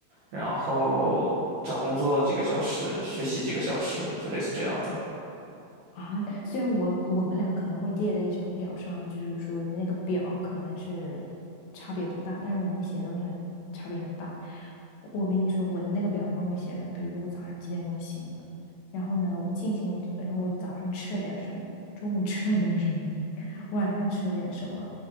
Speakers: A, on the right (about 65°); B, on the left (about 80°).
A: 然后找工作几个小时，学习几个小时，就类似这样的。
B: 啊，虽然我我们俩可能会列在一张表上，就是说那个表可能是差别不大，但是我们写的东西很差别很大。我跟你说，我的那个表上会写上，比如说我早上几点钟醒的，然后呢，我进行，然后我早上吃了点儿什么，中午吃了点儿什么，晚上吃了点什么。